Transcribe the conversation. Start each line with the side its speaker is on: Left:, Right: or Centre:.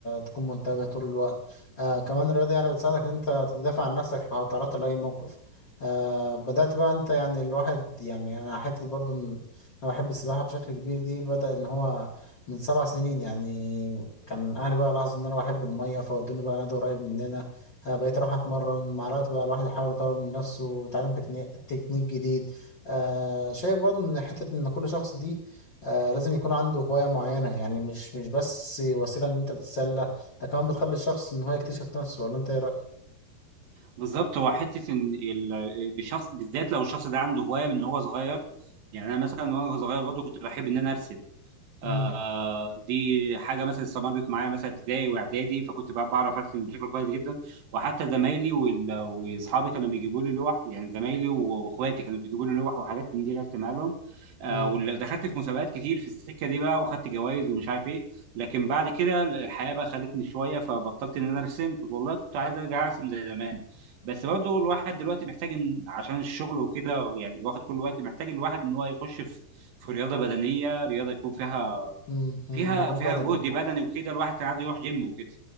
Left: تكون منتبه طول الوقت أه كمان الرياضة يعني بتساعدك ان انت تدافع عن نفسك لو تعرضت لأي موقف أه بدأت بقى انت يعني الواحد يعني انا حتة برضو إن انا بحب السباحة بشكل كبير دي بدأ ان هو من سبع سنين يعني كان أهلي بقى لاحظوا إن أنا بحب المية فودوني بقى نادي قريب مننا آه، بقيت أروح أتمرن مع الوقت بقى الواحد يحاول يطور من نفسه ويتعلم تكنيك تكنيك جديد آه شايف برضه إن حتة إن كل شخص دي آه لازم يكون عنده هواية معينة يعني مش مش بس وسيلة إن أنت تتسلى ده كمان بتخلي الشخص إن هو يكتشف نفسه ولا أنت إيه رأيك؟
Right: بالظبط هو حته ان ال- بشخص بالذات لو الشخص ده عنده هوايه من هو صغير يعني انا مثلا وانا صغير برضه كنت بحب ان انا ارسم
Left: مم،
Right: آه، دي حاجه مثلا استمرت معايا مثلا ابتدائي واعدادي فكنت بع- بعرف ارسم بشكل كويس جدا وحتى زمايلي وال- واصحابي كانوا بيجيبوا لي لوح يعني زمايلي و- واخواتي كانوا بيجيبوا لي لوح وحاجات من دي ارسمها لهم آه،
Left: مم،
Right: ودخلت في مسابقات كتير في السكه دي بقى وخدت جوائز ومش عارف ايه لكن بعد كده الحياه بقى خدتني شويه فبطلت ان انا ارسم كنت والله كنت عايز ارجع ارسم زي زمان بس برضه الواحد دلوقتي محتاج إن عشان الشغل وكده يعني واخد كل وقت محتاج الواحد ان هو يخش في في رياضه بدنيه رياضه يكون فيها
Left: مم، مم،
Right: فيها
Left: مجهود
Right: فيها
Left: بدني
Right: جهد بدني وكده الواحد كان عايز يروح جيم وكده